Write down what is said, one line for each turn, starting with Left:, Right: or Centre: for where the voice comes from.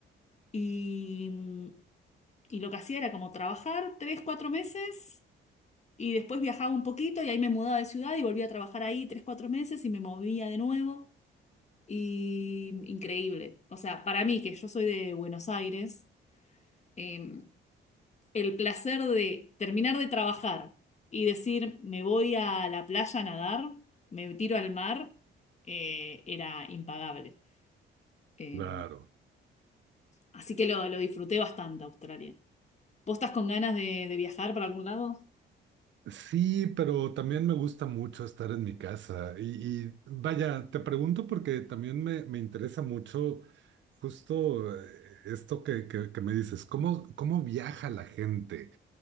Left: y, mm, y lo que hacía era como trabajar tres, cuatro meses. Y después viajaba un poquito y ahí me mudaba de ciudad y volvía a trabajar ahí tres, cuatro meses y me movía de nuevo. Y increíble. O sea, para mí, que yo soy de Buenos Aires, eh, el placer de terminar de trabajar y decir, me voy a la playa a nadar, me tiro al mar, eh, era impagable. Eh,
Right: claro.
Left: así que lo, lo disfruté bastante, Australia. ¿Vos estás con ganas de, de viajar para algún lado?
Right: Sí, pero también me gusta mucho estar en mi casa. Y, y vaya, te pregunto porque también me, me interesa mucho justo eh, esto que, que- que me dices, ¿cómo, cómo viaja la gente?